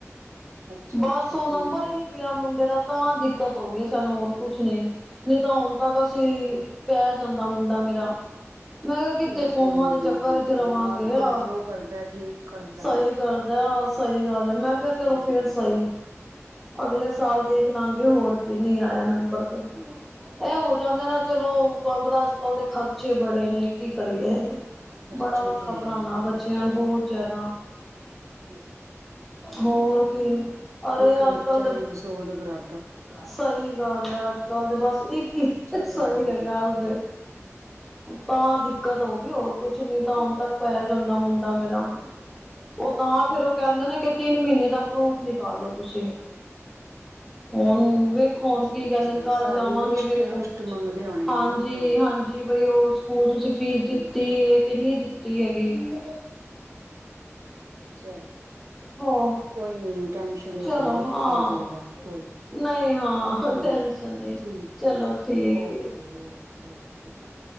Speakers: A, on the right; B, in the centre.
A: ਅੱਛਾ
B: ਬਸ
A: ਅੱਛਾ
B: ਉਹ
A: ਠੀਕ
B: ਨੰਬਰ ਹੀ
A: ਹੈ
B: ਨੀ ਪਿਆ ਮੁੰਡੇ ਦਾ ਤਾਂ ਦਿੱਕਤ ਹੋ ਗਈ ਸਾਨੂੰ ਹੋਰ ਕੁਛ ਨਹੀਂ। ਨਹੀਂ ਤਾਂ ਹੁਣ ਤੱਕ ਅਸੀਂ ਪੈ ਜਾਂਦਾ ਮੁੰਡਾ ਮੇਰਾ। ਮੈਂ ਕਿਹਾ ਕਿਤੇ
A: ਚਲੋ
B: ਫੋਮਾਂ
A: ਕੋਈ
B: ਦੇ
A: ਨੀ
B: ਚੱਕਰ ਵਿਚ ਰਵਾਂਗੇ
A: ਪਰਮਾਤਮਾ
B: ਆ
A: ਜੋ ਕਰਦਾ ਠੀਕ ਕਰਦਾ
B: ਸਹੀ
A: ਹੈ
B: <unintelligible> ਸਹੀ ਗੱਲ ਏ ਮੈਂ ਕਿਹਾ
A: ਹਮ
B: ਚਲੋ, ਫੇਰ ਸਹੀ, ਅਗਲੇ ਸਾਲ ਦੇਖ ਲਾਂਗੇ ਹੋਰ ਕੀ ਨਹੀਂ ਆਇਆ ਨੰਬਰ ਤੇ, ਇਹ ਹੋ ਜਾਂਦਾ ਨਾ ਚਲੋ ਤੁਵਾਣ ਪਤਾ ਅੱਜ ਕੱਲ ਦੇ ਖਰਚੇ ਬੜੇ ਨੇ ਕੀ ਕਰੀਏ,
A: ਖਰਚੇ
B: ਬੜਾ ਔਖਾ
A: ਤੇ
B: ਪੜ੍ਹਾਉਣਾ
A: ਹੈ ਹੀ ਨੇ
B: ਬੱਚਿਆਂ
A: ਅੱਜ ਕੱਲ
B: ਨੂੰ ਬਹੁਤ ਜ਼ਿਆਦਾ।
A: <inaudible>
B: ਹੋਰ ਕੀ ਅਰੇ
A: ਇੱਕ ਬੱਚਾ
B: ਅੱਜ ਕੱਲ ਦੇ,
A: ਵੀ ਸੌ ਦੇ ਬਰਾ
B: ਸਹੀ ਗੱਲ ਹੈ ਅੱਜ ਕੱਲ ਤੇ ਬਸ ਇੱਕ
A: ਖਰਚੇ
B: ਹੀ ਸਹੀ
A: ਤੇ ਬਹੁਤ
B: ਹੈਗਾ
A: ਨੇ
B: ਆਜ ਦੇ, ਤਾਂ ਦਿੱਕਤ ਹੋਗੀ ਹੋਰ ਕੁਛ ਨੀ ਤਾਂ ਹੁਣ ਤੱਕ ਪੈ ਜਾਂਦਾ ਮੁੰਡਾ ਮੇਰਾ। ਉਹ ਤਾਂ
A: ਚਲੋ
B: ਫੇਰ ਉਹ ਕਹਿੰਦੇ ਨੇ ਕਿ ਤਿੰਨ ਮਹੀਨੇ ਦਾ ਪ੍ਰੂਫ ਨਿਕਾਲੋ ਤੁਸੀਂ। ਹੁਣ ਵੇਖੋ
A: ਅੱਛਾ
B: ਹੁਣ ਕੀ
A: ਅੱਛਾ
B: ਕਹਿੰਦੇ ਨੇ ਕਾਲ
A: ਸਾਰੀ
B: ਜਾਵਾਂਗੇ
A: ਲਿਸਟ
B: ਵੇਖੋ
A: ਲੁਸਟ ਮੰਗਦੇ ਹੋਣੇ
B: ਹਾਂਜੀ
A: ਨੇ ਨਾ
B: ਹਾਂਜੀ। ਜੀ ਬਈ ਉਹ ਸਕੂਲ ਤੁਸੀਂ ਫੀਸ
A: ਹਮ
B: ਦਿੱਤੀ ਏ ਕਿ ਨਹੀਂ ਦਿੱਤੀ ਹੈਗੀ?
A: ਚਲੋ
B: ਹੋ
A: ਕੋਈ ਨੀ ਟੈਨਸ਼ਨ ਨਾ
B: ਚਲੋ
A: ਲਓ
B: ਹਾਂ
A: ਹੋਜਏਗਾ ਕੋਈ ਨੀ।
B: ਨਹੀਂ ਹਾਂ
A: ਠੀਕ
B: ਟੈਸ਼ਨ ਨਹੀਂ
A: ਠੀਕ
B: ਚਲੋ ਠੀਕ
A: ਓਕੇ ਓਕੇ ਓਕੇ ਬਾਏ।